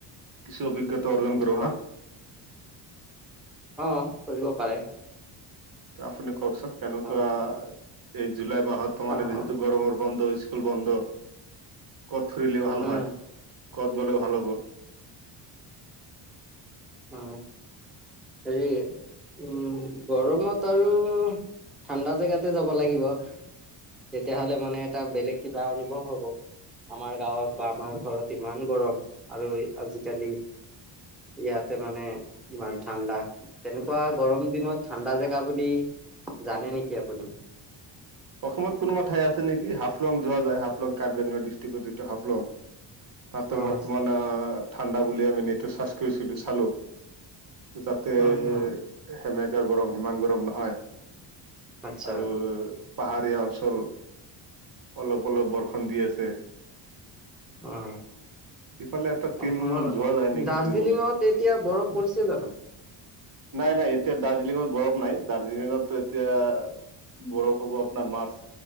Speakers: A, on the right (about 45°); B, in the centre.
A: কিছু অভিজ্ঞতা অৰ্জন কৰো
B: অ'
A: ন।
B: অ কৰিব পাৰে।
A: আপুনি কওকচোন কেনেকুৱা
B: উম
A: এই জুলাই মাহত ত মানে
B: অ'
A: যিহেতু গৰমৰ বন্ধ হৈছিল। স্কুল বন্ধ। ক'ত ফুৰিলে ভাল
B: উম
A: হয়? কত গলে ভাল হ'ব?
B: অ হেৰি উম গৰমত আৰু ঠাণ্ডা জেগাতে যাব লাগিব। তেতিয়াহলে মানে এটা বেলেগ কিবা অনুভৱ হব। আমাৰ গাঁৱত বা আমাৰ ঘৰত ইমান গৰম আৰু আজিকালি ইয়াত, মানে ইমান ঠাণ্ডা তেনেকুৱা গৰম দিনত ঠাণ্ডা জেগা বুলি জানে নেকি আপুনি?
A: অসমত কোনোবা ঠাই আছে নেকি হাফলং যোৱা যায় হাফলং কাৰ্বিংলৰ ডিষ্ট্ৰিকৰ যিটো হাফলং। তাতে
B: অ',
A: বৰ্তমান ঠাণ্ডা বুলি আমি নটো চাজ কৰিছিলো চালো। যাতে
B: অ', অ',
A: সেমেকাে গৰম সিমান গৰম নহয়।
B: আচ্ছা
A: আৰু পাহাৰীয়া অঞ্চল অলপ অলপ বৰ্ষণ দি আছে।
B: অ,
A: ইফালে এটা টিম
B: অসমৰ
A: যোৱা যায় নেকি
B: দাৰ্জিলিঙত
A: ফুৰিবলৈ
B: এতিয়া বৰফ পৰিছে জানো?
A: নাই নাই এতিয়া দাৰ্জিলিঙত বৰফ নাই দাৰ্জিলিঙতো এতিয়া, বৰফ হ'ব আপোনাৰ মাৰ্চ